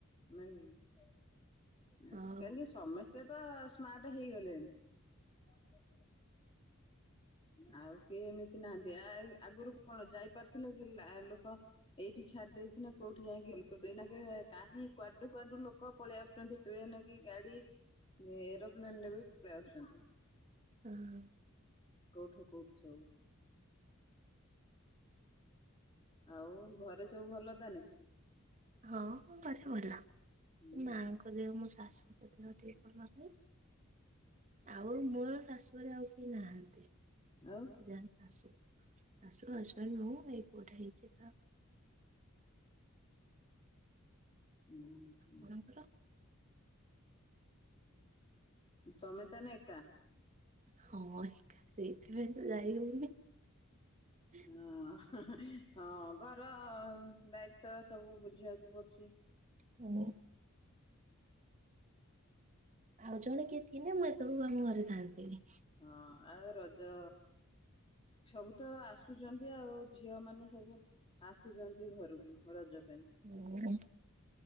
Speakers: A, on the left; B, on the right.
A: ନାଇଁ
B: ହଉ
A: ଆଜି କାଲି ସମସ୍ତେ ତ ସ୍ମାର୍ଟ ହେଇଗଲେଣି। କଣ ଆଉ କେହି ଏମିତି ନାହାନ୍ତି ଆ ଏଇ ଆଗରୁ କଣ ଯାଇପାରଥିଲେ କି ଲା ଲୋକ? ଏଇଠି ଛାଡି ଦେଇଥିଲା କୋଉଁଠି ଯାଇଁକି ଭଲସେ ଏଇନାକେ କାହିଁ କୁଆଡୁ କୁଆଡୁ ଲୋକ ପଳେଆସୁଚନ୍ତି ଟ୍ରେନେ କି ଗାଡି ଏରୋପ୍ଲେନରେ ବି ପଳେଇ ଆସୁଚନ୍ତି।
B: ଏ ହଁ।
A: କୋଉଠୁ କୋଉଠୁ ସବୁ। ଆଉ ଘରେ ସବୁ ଭଲ ତାହାନେ?
B: ହଁ ଘରେ ଭଲ
A: ହୁଁ
B: ଏ ମାଆଙ୍କ ଦେହ ମୋ ଶାଶୁଙ୍କ ଦେହ ଟିକେ ଭଲ ନାହିଁ। ଆଉ ମୋର ଶାଶୁଘରେ ଆଉ କେହି ନାହାନ୍ତି।
A: ଆଉ?
B: ଯାହେନେ ଶାଶୁ ଶାଶୁ, ହଜବେଣ୍ଡ, ମୁଁ, ମୋ ଏଇ ପୁଅଟା ହେଇଛି ତ।
A: ଉଁହୁଁ।
B: ଆପଣଙ୍କର
A: ତମେ ତାନେ ଏକା।
B: ହଁ ଏକା ସେଇଥିପାଇଁ ତ ଯାଇ ହୋଉନି। ହୁଁ
A: ହଁ ହଁ ଘର ଦାୟିତ୍ଵ ସବୁ ବୁଝିବାକୁ ପଡୁଚି।
B: <unintelligible> ଆଉ ଜଣେ କିଏ ଥିନେ ମୁଁ ଏତୋଳକୁ ଆମ ଘରେ ଥାଆନ୍ତିଣି।
A: ହଁ ଆଉ ରଜ ସବୁ ତ ଆସୁଚନ୍ତି ଆଉ ଝିଅମାନେ ସବୁ ଆସୁଚନ୍ତି ଘରକୁ ରଜ ପାଇଁ
B: ମୋର